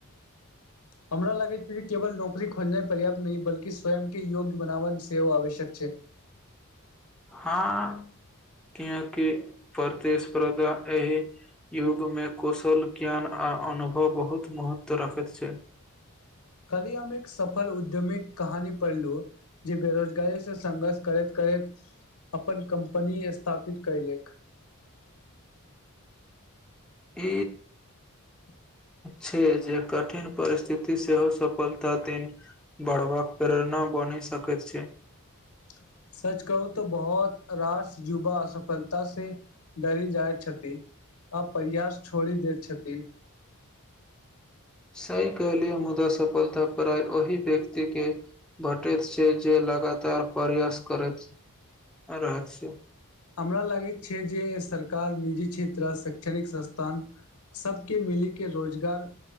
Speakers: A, on the left (about 85°); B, in the centre.
A: हमरा लागैत कि जे केवल नौकरी खोजनाइ पर्याप्त नहि बल्कि स्वयं के योग्य बनाबन सेहो आवश्यक छै <inaudible>
B: हँ कएकि प्रतिस्पर्धा एहि युगमे कुशल ज्ञान आ अनुभव बहुत महत्व रखैत छै
A: <inaudible> काल्हि हम एक सफल उद्यमिक कहानी पढ़लू जे बेरोजगारी से संघर्ष करैत करैत अपन कंपनी स्थापित कैलक
B: इ
A: <inaudible>
B: छै जे कठिन परिस्थिति सेहो सफलता दिन बढ़बाक प्रेरणा बनी सकत छै
A: <inaudible> सच कहू तऽ बहुत रास युवा असफलता से डरी जाइ छथि आ परयास छोड़ि देत छथि
B: सहि कहलियै मुदा सफलता प्राय ओहि व्यक्ति के भेटैत छै जे लगा कातार प्रयास करैत रहैत छै
A: हमरा लागैत छै जे सरकार निजी क्षेत्र आ शैक्षणिक संस्थान सबके मिली के रोजगार